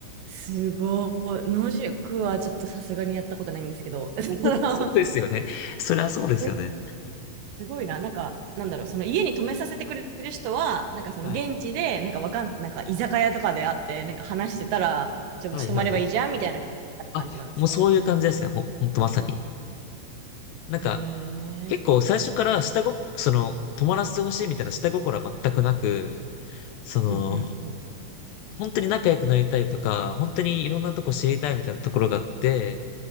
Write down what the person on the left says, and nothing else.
<laughs> そうですよね。それはそうですよね。
はい。
はいはいはい。
あ、もうそういう感じですね。ほ、ほんとまさに。なんか、
結構最初から下ご、その、泊まらせてほしいみたいな下心は全くなく、その、
本当に仲良くなりたいとか、本当にいろんなとこ知りたいみたいなところがあって、